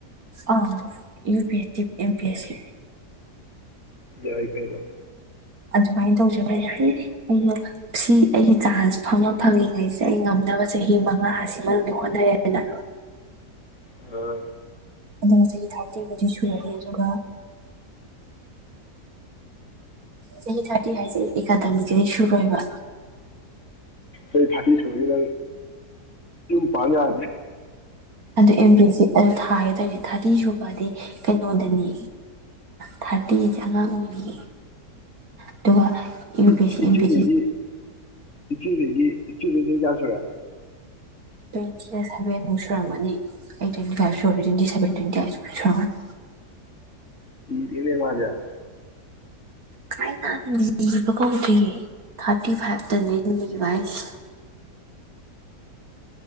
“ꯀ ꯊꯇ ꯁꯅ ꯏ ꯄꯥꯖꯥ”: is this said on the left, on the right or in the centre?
Left